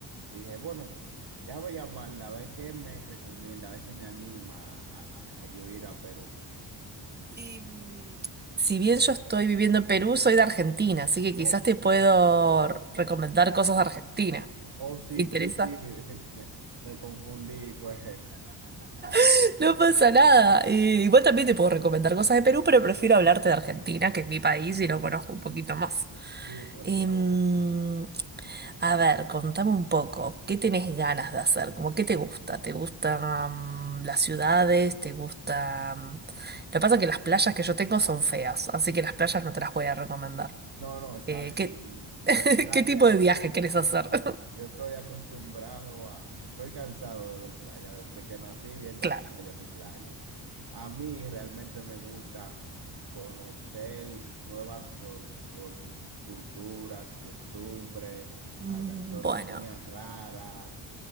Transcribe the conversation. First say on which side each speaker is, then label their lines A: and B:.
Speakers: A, on the right (about 50°); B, on the right (about 20°).
A: dije, bueno, déjame llamarla, a ver qué me recomienda, a ver si me anima a, a- a yo ir a Perú.
B: Y, mm, Si bien yo estoy viviendo en Perú, soy de Argentina, así que quizás
A: Oh,
B: te puedo r- recomendar cosas de Argentina.
A: oh, sí,
B: ¿Te interesa?
A: sí, sí, <laughs> me, me confundí, fue,
B: <laughs> No pasa nada. Eh, igual también te puedo recomendar cosas de Perú, pero prefiero hablarte de Argentina, que es mi país y lo conozco un poquito más.
A: <laughs> sí, por
B: Em,
A: favor.
B: A ver, contame un poco, ¿qué tenés ganas de hacer? ¿Cómo ¿qué te gusta? ¿Te gustan mm, las ciudades? ¿Te gustan...? Lo que pasa es que las playas que yo tengo son feas, así que las playas no te las voy a recomendar.
A: No, no, está
B: Eh,
A: bien.
B: ¿qué... <laughs>
A: De playa
B: ¿Qué tipo de viaje querés hacer? <laughs>
A: Yo estoy acostumbrado a, estoy cansado de ver playas, desde que nací viendo
B: Claro.
A: playas y playas. A mí realmente me gusta conocer nuevas col- col- culturas, costumbres, a
B: Mm,
A: gastronomía
B: Bueno.
A: rara.